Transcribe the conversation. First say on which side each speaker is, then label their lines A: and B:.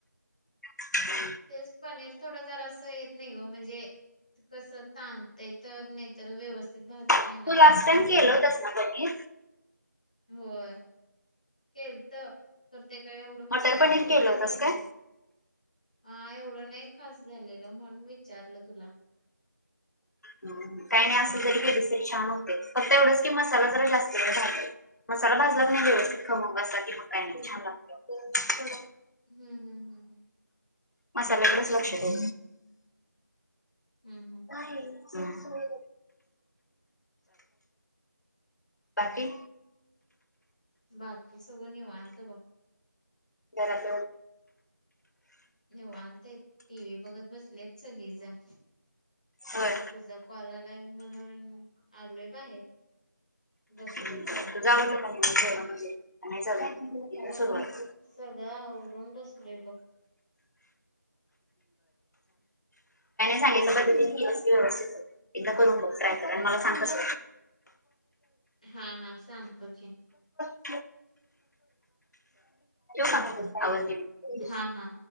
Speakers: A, on the left (about 65°); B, on the left (about 25°).
A: <unintelligible>
B: तेच पनीर थोडं जारस असं येत नाही ओ म्हणजे कसं तणतय तर नाही तर व्यवस्थित भाजत नाही
A: तू
B: ना
A: लास्ट
B: म्हणून
A: टाइम
B: म्हटलं.
A: केलं होतंस ना पनीर?
B: होय. केल तर करते का एवढं म्हणजे
A: मटर पनीर
B: हे
A: केलं
B: नाही
A: होतंस
B: झालेल.
A: काय?
B: हा एवढं नाही खास झालेलं म्हणून विचारलं तुला <unintelligible>
A: काही नाही असं जरी केली तरी छान होते फक्त एवढच की मसाला जरा जास्त वेळ भागेल. मसाला भाजला क नाही व्यवस्थित खमग असा कि मग असा काही नाही छान लागत.
B: हम्म हम्म हम्म हम्म.
A: मसाल्याकडेच लक्ष द
B: हम्म हम्म
A: नाही. बाकी
B: बाकी सगळं निवात बा
A: रत
B: निवांत आहैत टी व्ही बघत बसलेत सगळीजण
A: होय
B: आणि तुझा कॉललाय म्हणून आलोय बाहेर. बसलोय
A: तू
B: बाहेर
A: जाऊणज नाही चाल. सुरुवात
B: होय होय सगळं आवरून बसलोय बघ
A: सांगितल्या पद्धतीने
B: हम्म
A: ह अस व्यवस्थित एकदा करून बघ. ट्राय कर
B: हम्म
A: मला सांगत.
B: हा हा सांगतो की
A: ो काम आवरते मी
B: हा हा